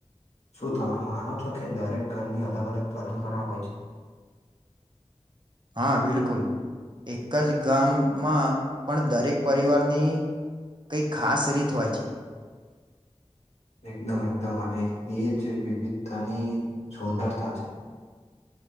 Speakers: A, on the left; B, on the right.
A: શું તમે માનો છો કે દરેક ઘરની અલગ અલગ પરંપરા હોય છે.
B: હા બિલકુલ. એક જ ગામમાં પણ દરેક પરિવારની કઈ ખાસ રીત હોય છે.
A: એકદમ એકદમ અને એ જે વિવિધતાની સુંદરતા છે.